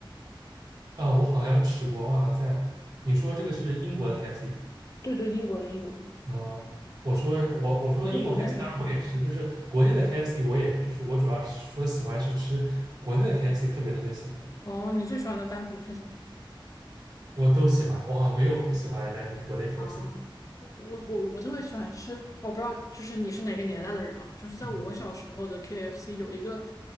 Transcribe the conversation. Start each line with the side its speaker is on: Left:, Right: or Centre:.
Right: 啊，我好像吃过，我好像在你说这个是英国的 KFC
Left: 对对，英国的英国的，
Right: 啊，我说我我说英国
Left: 就国内的是吗
Right: KFC 当然我也吃，就是国内的 KFC 我也就是我主要是说喜欢是吃国内的 KFC，特别特别喜欢，
Left: 哦，你最喜欢的单品是什么？
Right: 我都喜欢，我好像没有不喜欢的单品，国内 KFC。
Left: 啊，我我我特别喜欢吃，我不知道就是你是哪个年代的人啊？就是在我小时候的
Right: 嗯，
Left: KFC 有一个